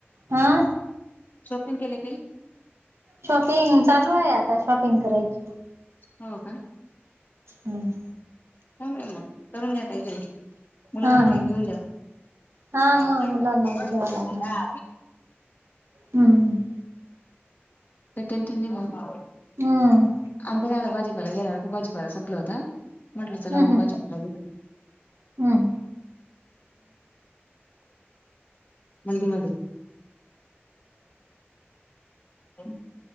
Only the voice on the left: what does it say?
शॉपिंग केली काही?
हो का
चांगला मग करून घ्या काहीतरी मुलांना
काही घेऊन द्या.
हा
टेन्शन नाही बा
आमचं काय आता भाजीपाला गेला का भाजीपाला संपल होता. म्हटलं चला
मग
भाजीपाला
थंडीमध्ये ् ह